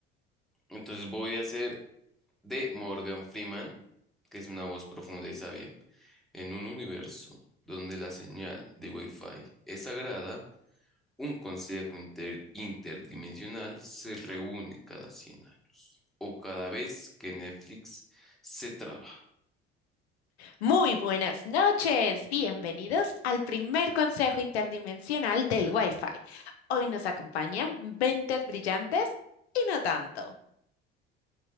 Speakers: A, in the centre; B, on the left (about 75°).
A: Entonces voy a hacer de Morgan Freeman, que es una voz profunda y sabia. En un universo donde la señal de Wi-Fi es sagrada, un consejo inter- interdimensional se reúne cada 100 años o cada vez que Netflix se traba.
B: Muy buenas noches. Bienvenidos al primer consejo interdimensional del Wi-Fi. Hoy nos acompañan mentes brillantes y no tanto.